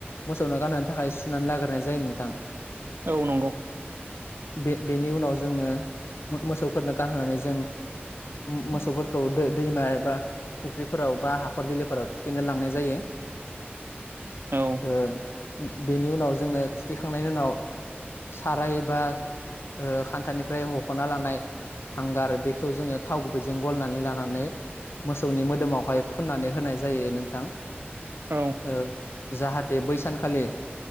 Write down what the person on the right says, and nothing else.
औ नंगौ।
औ
औ